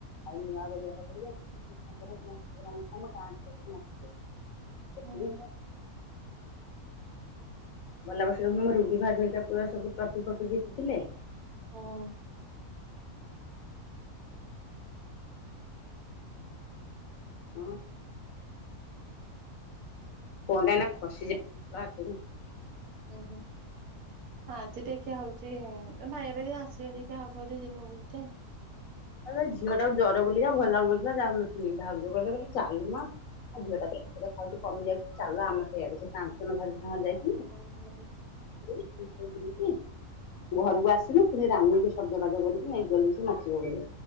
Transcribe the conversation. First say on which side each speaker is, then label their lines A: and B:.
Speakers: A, on the left; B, on the right.
A: ଆଉ ନୂଆ ଗଡିଆ ପଖରିବାେ ଆଜି ସାଙ୍ଗରେ୍ରାମ ଅଛି ଆମ ଗାଁ ଛୁଆ ସବୁ ନାଚିବେ।
B: ହୁଁ
A: ଏତିକି ତ ଗଲା ବର୍ଷ ମୋ ରୁବି ଭାଉଜ ଭାରିକା ପୁରା ସବୁ ଟ୍ରଫି ଫ୍ରଫି ଜିତିଥିଲେ।
B: ହଁ।
A: ଉଁ ଫୋନ୍ ଟା ଏଇନା ଖସି ଯାଇଥିଲା ହାତରୁ।
B: ଉ ହୁଁ। ଆଜି ଦେଖିବା ହଉଛି ତମ ଭାଇ ଅରିକା ଯଦି ଆସିବେ ଦେଖିବା ହବ ଯଦି ଯିିବୁ ବୁଲ ତେ।
A: ଏବେ ଝିଅ ଟାକୁ ଜର ବୁଲିକା ଭଲ ଲାଗୁନଥିଲା ଯାଉନଥିଲି ଭାଉଜ କହିଲେ କ ଚାଲୁ ନା। ଆଉ ଝିଅ ଟା ତ ଔଷଧ ଖାଉଚି କମି ଯାଉଛି ଚାଲ ଆମ ସେଇଆଡେ ସେ କାଞ୍ଚନ ଭାଉଜ ସାଙ୍ଗରେ ଯାଇ
B: ଓହୋ।
A: ସାର <unintelligible> ଦିନ କି? ଘରକୁ ଆସିଲୁ ପୁଣି ରାନିକୁ ସଜବାଜ କରିକି ନେଇକି ଗଲେ ସେ ନାଚିବ ବୋଲି।